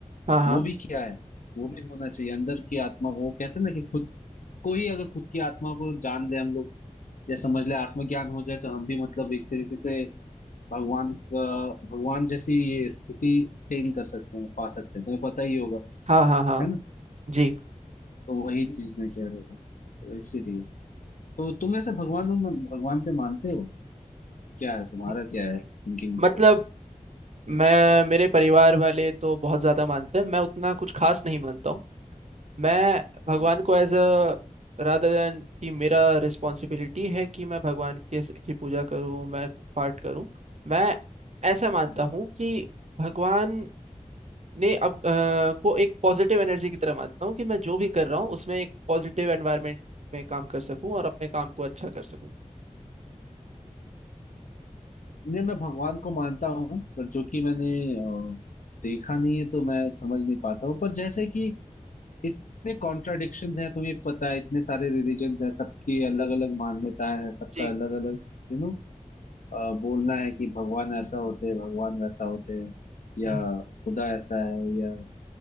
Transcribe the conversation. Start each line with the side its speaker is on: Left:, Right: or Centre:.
Right: हाँ हाँ
Left: वो भी क्या है वो भी होना चाहिए अंदर की आत्मा वो कहते हैं ना कि खुद को ही अगर खुद की आत्मा को जान ले हम लोग या समझ ले आत्मज्ञान हो जाए तो हम भी मतलब एक तरीके से भगवान का भगवान जैसी ये स्थिति अटेन कर सकते हैं पा सकते हैं तुम्हें पता ही होगा
Right: हाँ हाँ हाँ
Left: है ना
Right: जी
Left: तो वही चीज मैं कह रहा हूँ तो इसीलिए तो तुम ऐसे भगवानों में भगवान पे मानते हो क्या है तुम्हारा
Right: म-
Left: क्या है थिंकिंग इस
Right: मतलब
Left: पे
Right: मैं मेरे परिवार वाले तो बहुत ज़्यादा मानते हैं मैं उतना कुछ खास नहीं मानता हूँ मैं भगवान
Left: हम्म,
Right: को एज अ रादर देन कि मेरा रिस्पॉन्सिबिलिटी है कि मैं भगवान के की पूजा करूँ मैं पाठ करूँ मैं ऐसा मानता
Left: हाँ।
Right: हूँ कि भगवान ने अब अ, को एक पॉजिटिव एनर्जी की तरह मानता हूँ कि मैं जो भी कर रहा हूँ उसमें एक पॉजिटिव एनवायरनमेंट में काम कर सकूँ और अपने काम को अच्छा कर सकूँ
Left: नहीं मैं भगवान को मानता हूँ पर जो कि मैंने अ, देखा नहीं है तो मैं समझ नहीं पाता हूँ पर जैसे कि इतने कॉन्ट्राडिक्शंस हैं तुम्हें पता है इतने सारे रिलीजन्स हैं सबकी अलग अलग मान्यताएं हैं सबका
Right: जी
Left: अलग अलग यू नो बोलना है कि भगवान ऐसा होते हैं भगवान वैसा होते हैं या
Right: हम्म
Left: खुदा ऐसा है या